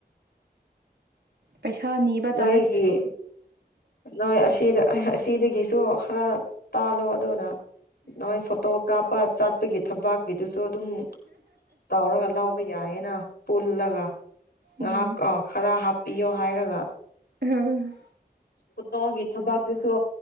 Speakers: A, on the right; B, on the left.
A: ꯄꯩꯁꯥ ꯅꯤꯕ
B: ꯅꯣꯏꯒꯤ
A: ꯇꯥꯔꯦ
B: ꯅꯣꯏ ꯑꯁꯤꯗ ꯑꯁꯤꯗꯒꯤꯁꯨ ꯈꯔ ꯇꯥꯜꯂꯣ ꯑꯗꯨꯅ ꯅꯣꯏ ꯐꯣꯇꯣ ꯀꯥꯞꯄ ꯆꯥꯠꯄꯒꯤ ꯊꯕꯛ ꯒꯤꯗꯨꯁꯨ ꯑꯗꯨꯝ ꯇꯥꯎꯔꯒ ꯂꯥꯎꯕ ꯌꯥꯏꯌꯦꯅ ꯄꯨꯜꯂꯒ ꯉꯍꯥꯛ
A: ꯎꯝ
B: ꯈꯔ ꯍꯥꯞꯄꯤꯌꯣ ꯍꯥꯏꯔꯒ
A: ꯑ
B: ꯐꯣꯠꯇꯣꯒꯤ ꯊꯕꯇꯨꯁꯨ